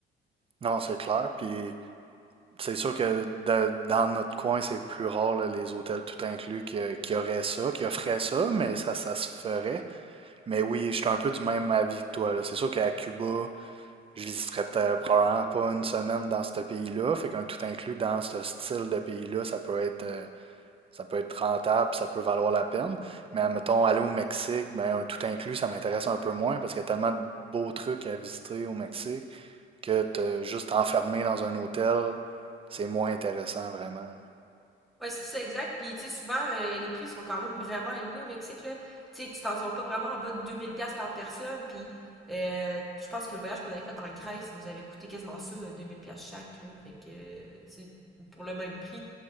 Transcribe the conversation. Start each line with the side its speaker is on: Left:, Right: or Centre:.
Right: Non, c'est clair. Puis C'est sûr que de- dans notre coin, c'est plus rare, là, les hôtels tout inclus qui, qui auraient ça, qui offraient ça, mais ça, ça se ferait. Mais oui, je suis un peu du même avis que toi, là. C'est sûr qu'à Cuba, je visiterais peut-être probablement pas une semaine dans ce pays-là. Fait qu'un tout inclus dans ce style de pays-là, ça peut être, euh, ça peut être rentable, ça peut valoir la peine. Mais mettons, aller au Mexique, ben, un tout inclus, ça m'intéresse un peu moins parce qu'il y a tellement de beaux trucs à visiter au Mexique que te juste enfermé dans un hôtel, c'est moins intéressant vraiment.
Centre: Ouais, c'est ça, exact. Puis, tu sais, souvent, euh, les prix sont quand même vraiment élevés au Mexique, là. Tu sais, tu t'en sors pas vraiment en bas de 2000 pièces par personne. Puis, euh, je pense que le voyage qu'on avait fait en Grèce, il nous avait coûté quasiment ça, euh, 2000 pièces chaque, là. Fait que, euh, tu sais, pour le même prix,